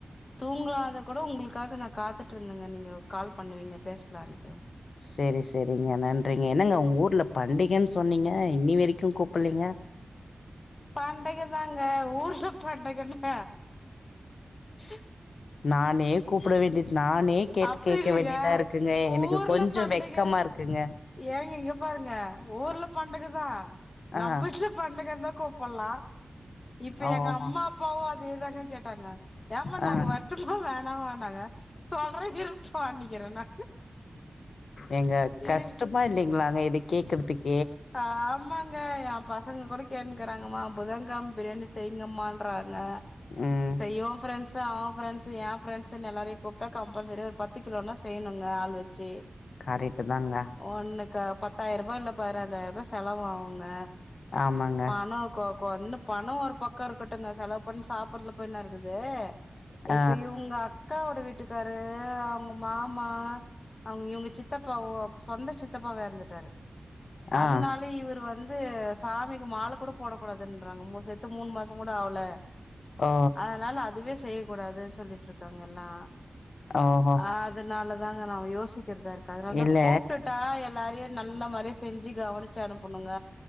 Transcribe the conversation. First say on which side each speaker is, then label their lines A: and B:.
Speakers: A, on the left (about 45°); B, on the left (about 85°).
A: தூங்காத கூட உங்ளுக்காக நா காத்துட்டுருந்தங்க நீங்கோ கால் பண்ணுவீங்க பேஸ்லான்ட்டு
B: சேரி சேரிங்க நன் ட்ரிங்க என்னங்க உங்க ஊர்ல பண்டிகன் சொன்னீங்க இன்னி வெரிக்கு கூப்புல்லிங்க
A: பண்டிக தாங்க ஊர் சப்பாண்ட <unintelligible> ஹ <unintelligible>
B: நானே கூப்ட வேண்டிது நானே கேக்கு
A: அப்டி
B: கேக்க
A: இல்லைங்க
B: வேண்டியதா இருக்குங்க எனக்கு
A: ஊர்ல
B: கொஞ்சோ
A: பண்டிக
B: வெக்கமா இருக்குங்க
A: ஏங்க இங்க பாருங்க ஊர்லப் பண்டுகுதா நம்ம
B: ஆ
A: வீட்டுல பண்டகதா கூப்பல்லா இப்ப
B: ஓஹோ
A: எங்க அம்மா அப்பாவு அதேதாங்க கேட்டாங்க ஏமா
B: ஆ
A: நாங்க வரட்டுமா வேணவான்னாங்க சொல்றேயிருப் பண்ணிக்கிறே நா
B: ஏங்க கஷ்டமா
A: ஏ
B: இல்லைங்களா எப்டி கேக்கற்திக்
A: ஆமாங்க எயா பசங்க கூட கேட்னுகிறாங்க மா புதன்கம் பிரியாணி செய்யிங்கமான்றாங்க
B: ம்
A: செய்வோ ப்ரெண்ட்ஸ் அவே ப்ரெண்ட்ஸ் எயா பிரரெண்ட்ஸ்ங்க எல்லாரையு கூப்டா கம்பல்சரி ஒரு பத்து கிலோனா செய்யணுங்க ஆள் வெச் சி
B: கரெக்ட்டு தாங்க
A: ஒன்ன க பத்தாயிர ரூபா இல்ல பாரே ஐந்தாயிரம் ரூபா செலவவுங்க
B: ஆமாங்க
A: பணோ கோ ஒன்னு பணோ ஒரு பக்கோ இருக்கட்டுங்க செலவு பண் சாப்புட்றதுல போய் என்ன இருக்குதே
B: ஆ
A: இப்ப இவுங்கக் கா வோட வீட் வீட்டுகாரு அவுங்க மாமா அவுங்க இவுங்க சித்தப்பாவோ சொந்த சித்தப்பாவே இறந்துட்டாரு
B: ஆ
A: அதனால இவரு வந்து இது சாமிக்கு மால கூட போட கூடாதுன்றாங்க செத்து மூணு மாசோ கூட ஆகல
B: ஓ
A: அதனால அதுவே செய்ய கூடாதுன்னு சொல்லிட்டிருக்காங்க எல்லா
B: ஓஹோ
A: ஆ அதனால தாங்க நா யோசிக் யறதா இருக்கு அதனால தா
B: இல்ல
A: கூப்டுட்டா எல்லாரையு நல்ல மாரி செஞ்சு கவுனிச்சி அனுப்பணுங்க